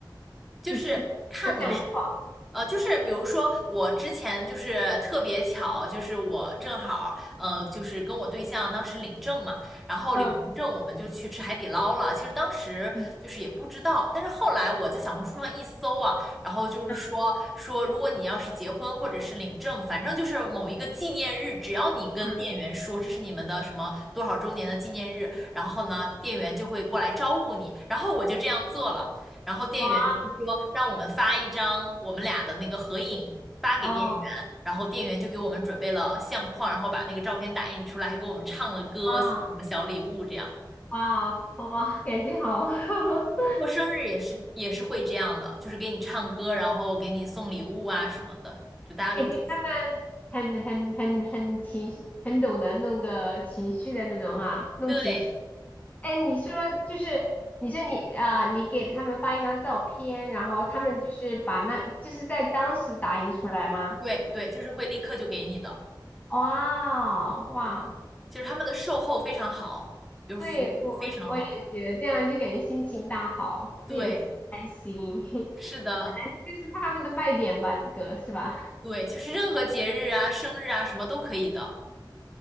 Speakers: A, in the centre; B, on the left.
A: 就是看你是，
B: 只是一个相框，
A: 呃，就是比如说我之前就是特别巧，就是我正好呃，就是跟我对象当时领证嘛，然后领完证我们就去吃海底捞了。
B: 嗯
A: 其实当时就是也不知道，
B: 嗯
A: 但是后来我在小红书上一搜啊，然后就是说说如果你要是结婚或者是领证，
B: 嗯，
A: 反正就是某一个纪念日，只要你跟店员说这是你们的什么多少周年的纪念日，
B: 嗯。
A: 然后呢，店员就会过来招呼你，然后我就这样做了。然后店员就是说让我们发一张我们俩的那个合影发给店员，
B: 哇哦，
A: 然后店员就给我们准备了相框，然后把那个照片打印出来，还给我们唱了歌，
B: 哇
A: 送我们小礼物这样。
B: 哇哦，好吧，感觉好，<laughs>
A: 过生日也是也是会这样的，就是给你唱歌，然后给你送礼物啊什么的，就大家都祝福。
B: 感觉他们很很很很情绪，很懂得弄个情绪的那种啊，弄情绪。
A: 对，
B: 哎，你说就是你说你啊、你给他们发一张照片，然后他们就是把那就是在当时打印出来吗？
A: 嗯，对对，就是会立刻就给你的，
B: 哇哦哇！
A: 就是他们的售后非常好，就是服务非常好。
B: 对，我我我也觉得这样就感觉心情大好，吃也是开心，
A: 对，是的，
B: <laughs> 这是他们的卖点吧，这个是吧？
A: 对，就是任何节日啊、生日啊什么都可以的。